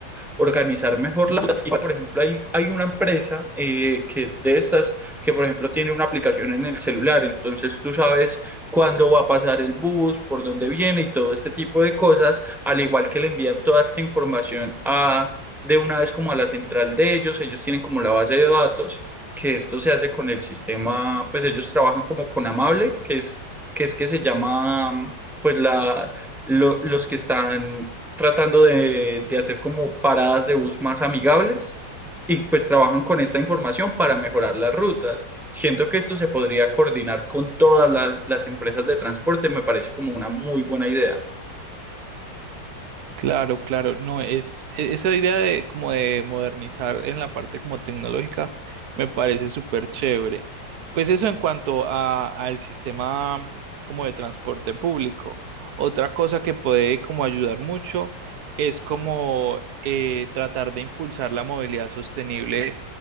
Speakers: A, in the centre; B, on the right.
A: organizar mejor las cosas. Y, por ejemplo, hay, hay una empresa eh, que de estas, que por ejemplo tiene una aplicación en el celular, entonces tú sabes cuándo va a pasar el bus, por dónde viene y todo este tipo de cosas, al igual que le envían toda esta información a de una vez como a la central de ellos, ellos tienen como la base de datos, que esto se hace con el sistema, pues ellos trabajan como con Amable, que es que, es que se llama, pues la, lo- los que están tratando de, de hacer como paradas de bus más amigables y pues trabajan con esta información para mejorar las rutas. Siento que esto se podría coordinar con todas las, las empresas de transporte, me parece como una muy buena idea.
B: Claro, claro, no, es e- esa idea de como de modernizar en la parte como tecnológica me parece súper chévere. Pues eso en cuanto a al sistema como de transporte público. Otra cosa que puede como ayudar mucho es como eh, tratar de impulsar la movilidad sostenible,